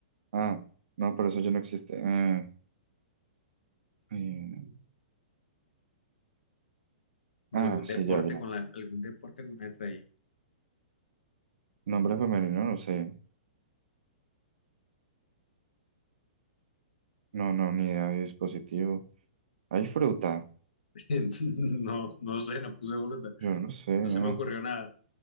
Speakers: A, on the right; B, on the left.
A: Ah, no, pero eso ya no existe. Ah. Eh, ah,
B: ¿Algún
A: sí,
B: deporte
A: ya, ya.
B: con la, algún deporte con letra I?
A: Nombre femenino, no sé. No, no, ni idea de dispositivo. Hay fruta.
B: <laughs> No, no sé, no puse fruta.
A: Yo no sé, no.
B: No se me ocurrió nada.